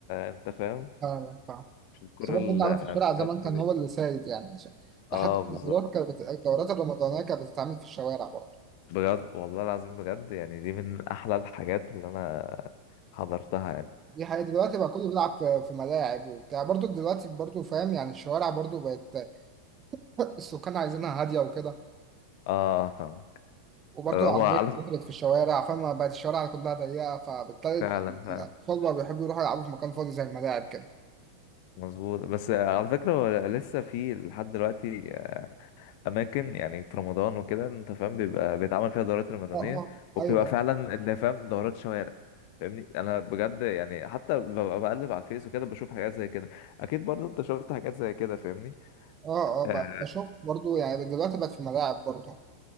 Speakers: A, on the left; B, on the right.
A: انت فاهم
B: فاهم فاهم
A: مش الكره
B: بس برضه
A: المكاسه
B: اللعب في الشارع زمان كان
A: دي
B: هو اللي سائد يعني عشان-
A: اه
B: لحد
A: بالظبط
B: الدورات كانت بت- الدورات الرمضانية كانت بتتعمل في الشوارع برضه
A: بجد والله العظيم بجد يعني دي من احلى الحاجات اللي انا حضرتها يعني
B: دي حقيقة دلوقتي بقى كله بيلعب في في ملاعب وبتاع برضو دلوقتي برضو فاهم يعني الشوارع برضو بقت <laughs> السكان عايزينها هادية وكده
A: اه فاهم
B: وبرضو
A: هو
B: العربيات
A: على
B: كترت في الشوارع فما بقت الشوارع كلها ضيقة فبالتالي
A: فعلا فعلا
B: الأطفال بقى بيحبوا يروحوا يلعبوا في مكان فاضي زي الملاعب كده
A: مظبوط بس على فكرة هو لسه في لحد دلوقتي أماكن يعني في رمضان وكده أنت فاهم بيبقى بيتعمل فيها دورات رمضانية
B: اه اه
A: وبتبقى
B: ايوه
A: فعلا اللي فاهم دورات شوارع فاهمني أنا بجد يعني حتى ببقى بقلب على الفيس وكده بشوف حاجات زي كده أكيد برضه أنت شفت حاجات زي كده فاهمني
B: اه اه
A: آه،
B: بقى بشوف برضو يعني دلوقتي بقت في ملاعب برضو